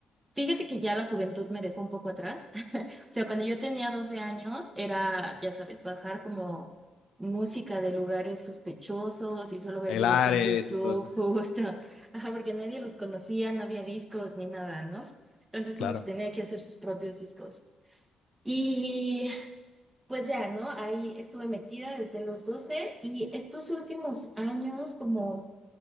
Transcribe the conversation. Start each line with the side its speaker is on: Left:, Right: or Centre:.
Right: Fíjate que ya la juventud me dejó un poco atrás. O sea, cuando yo tenía 12 años era, ya sabes, bajar como música de lugares sospechosos y solo ver
Left: el
Right: videos
Left: Ares
Right: en YouTube,
Left: y todo eso.
Right: <laughs> justo. Ajá, porque nadie los conocía, no había discos ni nada, ¿no? Entonces
Left: Claro.
Right: uno se tenía que hacer sus propios discos. Y pues ya, ¿no? Ahí estuve metida desde los 12 y estos últimos años como